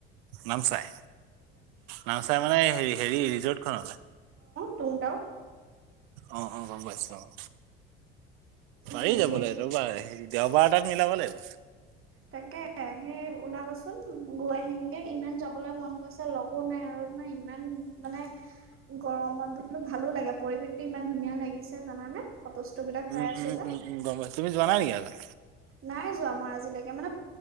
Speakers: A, on the right; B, on the right.
A: নামচাই নামচাই মানে হ হেৰি ৰিজৰ্টখনলে।
B: টুংতাও।
A: অহ অহ গম পাইছো অহ। পাৰি
B: হেৰিত
A: যাবলে ৰবা দেওবাৰ এটাত মিলাব লাগিব।
B: তাকে সেই ওলাবচোন। চোন গৈ আহিমগে ইমান যাবলৈ মন গৈছে লগো নাই আৰু তোমাৰ ইমান মানে। গৰমত বোলো ভালো লাগে পৰিৱেশতো ইমান ধুনীয়া লাগিছে জানানে ফটস্ত বিলাক। পাই
A: উম
B: আছো যে।
A: উম উম গম পাইছা। তুমি যোৱাাই নেকি আগত?
B: নাই যোৱা মই আজিলৈকে মানে